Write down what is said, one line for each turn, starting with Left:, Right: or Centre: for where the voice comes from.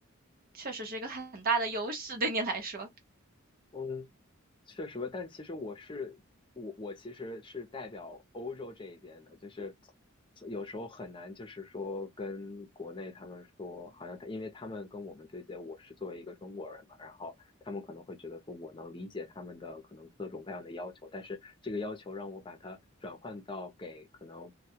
Right: 确实是一个很大的优势，对你来说。
Left: 嗯，确实吧，但其实我是我我其实是代表欧洲这一边的，就是有时候很难，就是说跟国内他们说，好像他因为他们跟我们对接，我是作为一个中国人嘛，然后他们可能会觉得说我能理解他们的可能各种各样的要求，但是这个要求让我把它转换到给可能